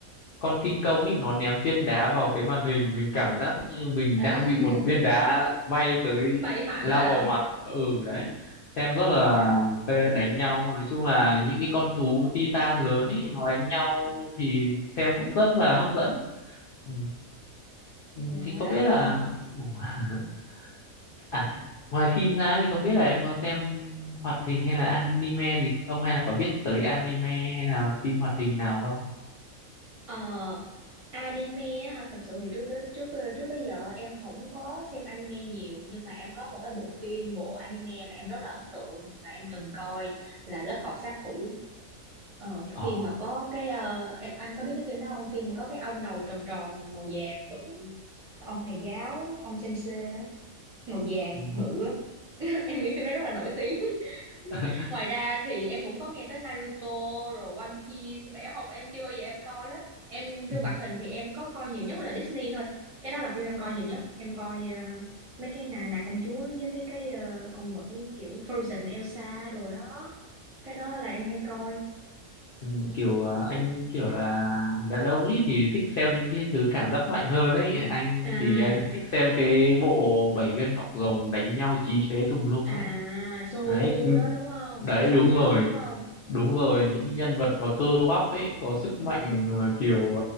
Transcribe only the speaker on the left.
con kinh công ấy nó ném viên đá vào cái màn hình mình cảm giác như mình
đang
bị một viên đá bay tới
lao
vào mặt ừ đấy xem rất là
phê đánh nhau nói chung là những cái con thú Titan lớn ấy nó đánh nhau thì xem cũng rất là hấp dẫn Ừ, thì
không biết là
<laughs> À, ngoài phim ra thì không biết là em có xem hoạt hình hay là anime gì không hay là có biết tới anime hay là phim hoạt hình nào không?
Ờ.
Ừ.
<laughs>
Ừ.
Ừ. Kiểu ờ, anh kiểu là đàn ông ấy thì thích xem những cái thứ cảm giác mạnh hơn ấy anh
thì anh thích xem cái bộ bảy viên ngọc rồng đánh nhau chí chóe tùm lum
ấy
đấy
ừ,
đấy
đúng rồi
đúng rồi những cái nhân vật mà cơ bắp ấy có sức mạnh mà kiểu